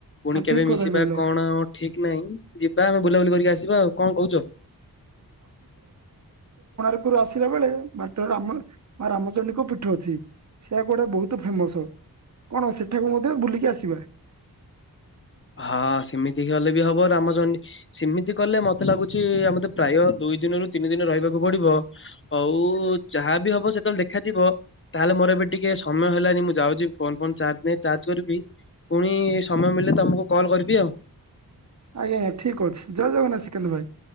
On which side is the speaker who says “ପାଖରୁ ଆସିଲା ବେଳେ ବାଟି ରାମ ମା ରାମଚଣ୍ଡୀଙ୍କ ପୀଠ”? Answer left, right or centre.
Right